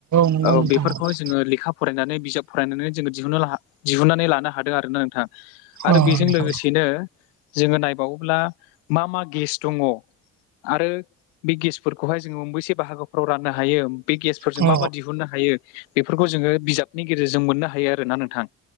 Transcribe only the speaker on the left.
औ
बेफोरखौहाय
जोङो लेखा फरायनानै बिजाब फरायनानै जोङो दिहुननो दिहुननानै लानो हादों आर ना नोंथां आरो
बेजों
लोगोसेनो जोङो नायबावोब्ला मा मा गेस दङ आरो बे गेसफोरखौहाय जोङो मोनबेसे बाहागोफ्राव राननो हायो बे गेसफोरजों
मा मा दिहुननो हायो बेफोरखौ जोङो बिजाबनि गेजेरजों मोननो हायो आरोना नोंथां